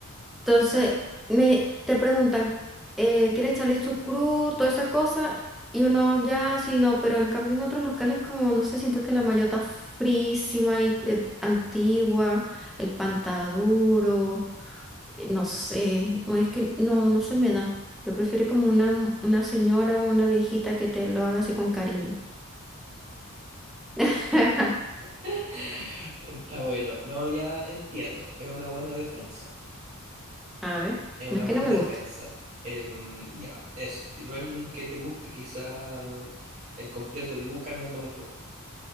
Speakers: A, in the centre; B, on the right (about 35°).
A: Entonces, me, te preguntan, eh, ¿quieres echarle chucrut, toda esa cosa? Y uno ya, sí, no, pero en cambio en otros locales como, no sé, siento que la mayota frísima y eh, antigua, el pantaduro, eh, no sé, no es que no, no se me da. Yo prefiero como una, mu- una señora o una viejita que te lo haga así con cariño. <laughs>
B: <laughs> Está bueno. No, ya entiendo. Es una buena defensa.
A: A ver,
B: Es una
A: no es
B: buena
A: que no me
B: defensa.
A: guste.
B: Em, ya, eso. Que No es lo que te guste, quizá el completo de Luca no es lo mejor.